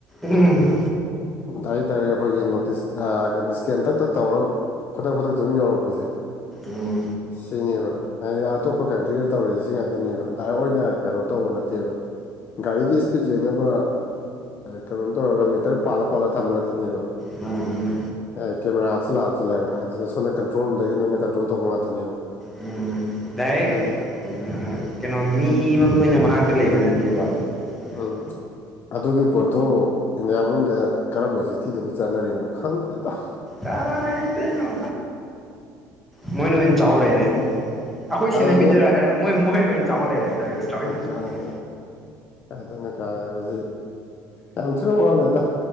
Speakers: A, in the centre; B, on the left.
A: ꯎꯝl
B: ꯑꯗꯨꯗꯥꯏ ꯗꯥꯏꯔ ꯑꯩꯈꯣꯏꯒꯤ ꯅꯣꯇꯤꯁ ꯏꯁꯀꯦꯟꯇꯛ ꯇꯛ ꯇꯧꯔ ꯈꯨꯗꯛ ꯈꯨꯗꯛꯇ ꯑꯗꯨꯝ ꯌꯥꯧꯔꯛꯄꯁꯦ
A: ꯎꯝ
B: ꯁꯤꯅꯦꯕ ꯍꯥꯏꯗꯤ ꯑꯇꯣꯞꯄ ꯀꯟꯇ꯭ꯔꯤꯗ ꯇꯧꯔꯤꯁꯦ ꯁꯤ ꯉꯥꯛꯇꯅꯦꯕ ꯗꯥꯏꯔꯦꯛ ꯑꯣꯏꯅ ꯀꯩꯅꯣ ꯇꯧꯕ ꯅꯠꯇꯦ ꯅꯠꯇꯦꯕ ꯒꯥꯔꯤꯒꯤ ꯏꯁꯄꯤꯠ ꯌꯦꯡꯅꯕ ꯀꯩꯅꯣ ꯇꯧꯔꯒ ꯃꯤꯇꯔ ꯄꯥꯂ ꯄꯂ ꯊꯝꯃꯒ ꯇꯅꯤꯉꯣ
A: ꯃꯥꯅꯦ ꯃꯥꯅꯦ
B: ꯑꯦ ꯀꯦꯃꯦꯔꯥ ꯍꯥꯞꯆꯤꯜꯂ ꯍꯥꯞꯆꯤꯜꯂꯒ ꯑꯗꯨꯗ ꯁꯣꯝꯅ ꯀꯟꯇ꯭ꯔꯣꯜ ꯔꯨꯝꯗꯒꯤ ꯂꯣꯏꯅ ꯀꯟꯇ꯭ꯔꯣꯜ ꯇꯧꯕ ꯉꯥꯛꯇꯅꯦꯕ <inaudible>
A: ꯎꯝ ꯗꯥꯏꯔꯦꯛ
B: ꯍꯥꯏꯗꯤ
A: ꯀꯩꯅꯣ ꯃꯤꯃꯛꯇ ꯑꯣꯏꯅ ꯃꯅꯥꯛꯇ ꯂꯩꯕ ꯅꯠꯇꯦꯕ ꯇꯧꯔꯤꯁꯦ
B: ꯑ ꯑꯗꯨꯒꯤ ꯄꯣꯠꯇꯨ ꯏꯟꯗꯤꯌꯥ ꯃꯅꯨꯡꯗ ꯀꯔꯝꯕ ꯁꯤꯇꯤꯗꯕꯨ ꯆꯠꯅꯔꯤꯅꯣ ꯈꯪꯗꯦꯗꯥꯎ
A: ꯩꯅꯣ ꯃꯣꯏꯅ ꯑꯣꯏꯅ ꯆꯥꯎ ꯂꯩꯛꯔꯦ ꯑꯩꯈꯣꯏ ꯁꯦꯟꯅꯕꯤꯗꯔ
B: ꯑꯗꯨ
A: ꯍꯥꯏꯔꯦ ꯃꯣꯏ ꯃꯣꯏꯅ ꯑꯣꯏꯅ ꯆꯥꯎ ꯂꯩꯔꯦ ꯇꯧꯔꯤꯕ ꯇ꯭ꯔꯥꯐꯤꯛ
B: ꯀꯥꯏꯗꯅ
A: ꯄꯨꯂꯤꯁ ꯃꯈꯩꯅ
B: ꯀꯥꯏꯗꯅ ꯀꯥ ꯑꯁꯤ ꯌꯥꯝ ꯊꯤꯅ ꯋꯥꯠꯂꯦꯗ